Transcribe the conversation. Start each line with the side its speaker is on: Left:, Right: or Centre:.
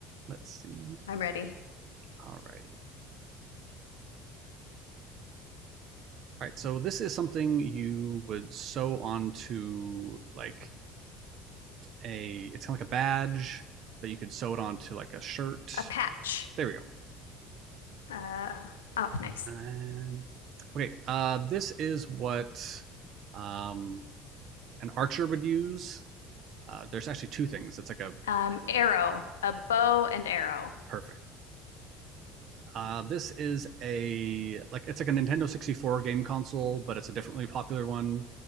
Right: let's see.
Left: I'm ready.
Right: All righty, All right, so this is something you would sew onto like a it's kind of like a badge, but you can sew it onto like a shirt.
Left: A patch.
Right: There we go.
Left: Uh, oh, nice.
Right: And okay, uh, this is what um, an archer would use. Uh, there's actually two things. It's like a
Left: Um, arrow, a bow and arrow.
Right: perfect. Uh, this is a like it's like a Nintendo 64 game console, but it's a differently popular one.